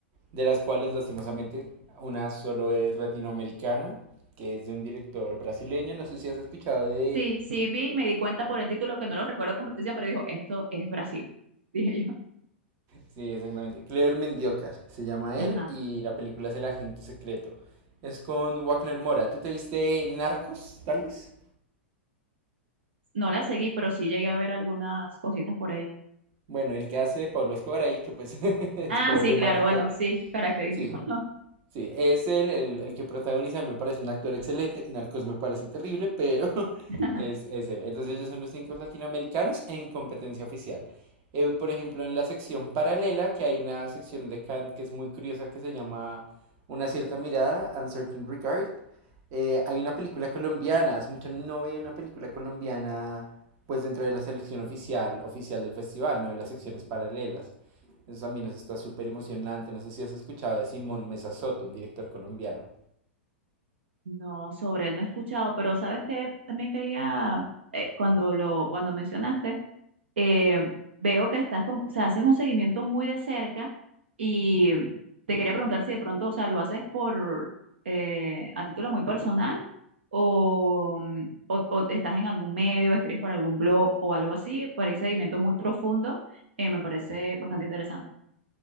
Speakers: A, on the right (about 40°); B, on the right (about 65°).
A: de las cuales lastimosamente una solo es latinoamericana, que es de un director brasileño, no sé si has escuchado de...
B: Sí, sí vi, me di cuenta por el título que no lo recuerdo con precisión, pero dijo, esto es Brasil, <laughs> dije yo.
A: Sí, exactamente, Clever Mendioca, se llama
B: Ajá.
A: él, y la película es El Agente Secreto. Es con Wagner Moura ¿Tú te viste Narcos, tal vez?
B: No la seguí, pero sí llegué a ver algunas cositas por ahí.
A: Bueno, el que hace Pablo Escobar ahí, que pues <laughs> es
B: Ah,
A: problemático.
B: sí, claro, bueno, sí, característico.
A: Sí, Sí, es él el, el que protagoniza, me parece un actor excelente, Narcos me parece terrible, pero <laughs>
B: <laughs>
A: es, es él. Entonces ellos son los cinco latinoamericanos en competencia oficial. Eh, por ejemplo, en la sección paralela, que hay una sección de Kant que es muy curiosa, que se llama Una cierta mirada, Uncertain Regard. eh, hay una película colombiana, hace mucho no veía una película colombiana, pues dentro de la selección oficial, oficial del festival, no de las secciones paralelas. Eso también nos está súper emocionante. No sé si has escuchado de Simón Mesa Soto, un director colombiano.
B: No, sobre él no he escuchado, pero sabes que también quería, eh, cuando lo, cuando mencionaste, eh, veo que estás como, o sea, haces un seguimiento muy de cerca y te quería preguntar si de pronto, o sea, lo haces por, eh, a título muy personal o, mm, o, o estás en algún medio, escribes para algún blog o algo así, por ese seguimiento muy profundo, eh, me parece bastante interesante.